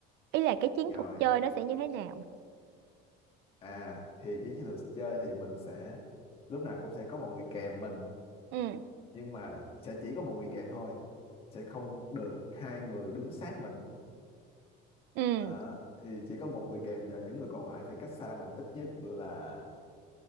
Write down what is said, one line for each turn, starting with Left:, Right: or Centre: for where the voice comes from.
Right: ý là cái chiến
Left: Rồi,
Right: thuật chơi nó sẽ như thế nào
Left: à thì cái chiến lược chơi thì mình sẽ lúc nào cũng sẽ có một người kèm mình
Right: ừ
Left: nhưng mà sẽ chỉ có một người kèm thôi, sẽ không được hai người đứng sát mình.
Right: ừ
Left: À, thì chỉ có một người kèm và những người còn lại phải cách xa mình ít nhất là